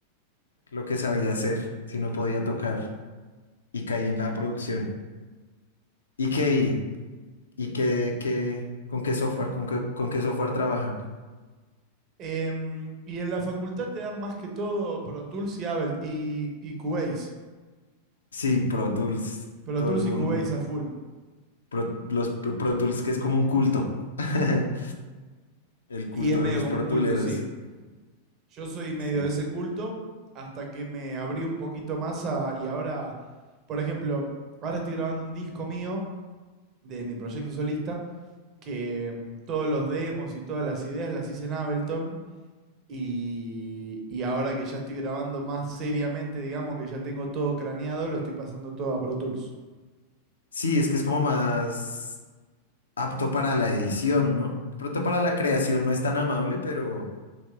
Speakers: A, on the left; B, on the right.
A: lo que sabía hacer, si no podía tocar, y caí en la producción. ¿Y qué? ¿Y qué, qué, con qué software, con qué, con qué software trabajan?
B: Em, y en la facultad te dan más que todo Pro Tools y Ableton y, y Cubase.
A: Sí, Pro Tools,
B: Pro
A: todo
B: Tools
A: el mundo.
B: y Cubase a full.
A: Pro- los Pro Pro Tools que es como un culto. <laughs> El culto
B: Y es medio
A: de los
B: como
A: Pro
B: un culto,
A: Tooleros.
B: sí. Yo soy medio
A: Sí.
B: de ese culto hasta que me abrí un poquito más a, y ahora, por ejemplo, ahora estoy grabando un disco mío de mi proyecto solista, que mm, todos los demos y todas las ideas las hice en Ableton. Y, y ahora que ya estoy grabando más seriamente, digamos que ya tengo todo craneado, lo estoy pasando todo a Pro Tools.
A: Sí, es que es como más apto para la edición, ¿no? De pronto para la creación no es tan amable, pero,